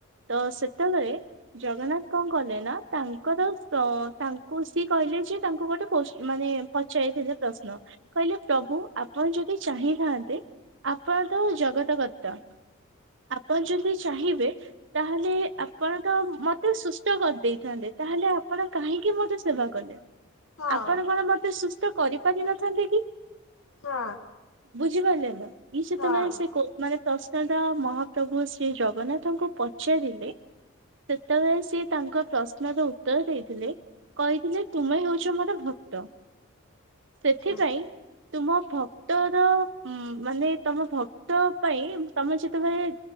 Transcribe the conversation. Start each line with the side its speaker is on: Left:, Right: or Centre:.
Right: ତ ସେତେବେଳେ ଜଗନ୍ନାଥ କଣ କଲେ ନା ତାଙ୍କର ତାଙ୍କୁ ସି କହିଲେ ଯେ ତାଙ୍କୁ ଗୋଟେ କୋ ମାନେ ପଚାରିଥିଲେ ପ୍ରଶ୍ନ କହିଲେ ପ୍ରଭୁ ଆପଣ ଯଦି ଚା ହିଁଥାନ୍ତେ ଆପଣ ତ ଜଗତ କର୍ତ୍ତା। ଆପଣ ଯଦି ଚାହିଁବେ ତାହେଲେ ଆପଣ ତ ମତେ ସୁସ୍ଥ କରିଦେଇଥାନ୍ତେ। ତାହେଲେ ଆପଣ କାହିଁକି ମତେ ସେବା କଲେ।
Left: ହଁ
Right: ଆପଣ କଣ ମତେ ସୁସ୍ଥ କରିପାରିନଥାନ୍ତି କି?
Left: ହଁ।
Right: ବୁଝିପାରିଲେ ନା। ଇ ସେତେବେଳେ
Left: ହଁ
Right: ସେ ମାନେ ପ୍ରଶ୍ନ ମହାପ୍ରଭୁ ଶ୍ରୀ ଜଗନ୍ନାଥଙ୍କୁ ପ ଚାରିଲେ ସେତେବେଳେ ସ ତାଙ୍କ ପ୍ର ପ୍ରଶ୍ନର ଉତ୍ତର ଦେଇଥିଲେ କହିଥିଲେ ତୁମେ ହେଉଛ ମୋର ଭକ୍ତ। ସେଥିପାଇଁ
Left: ଆଚ୍ଛା
Right: ତୁମ ଭ ଭକ୍ତର ମାନେ ତମ ଭକ୍ତ ପାଇଁ ତମେ ଯେତେବେଳେ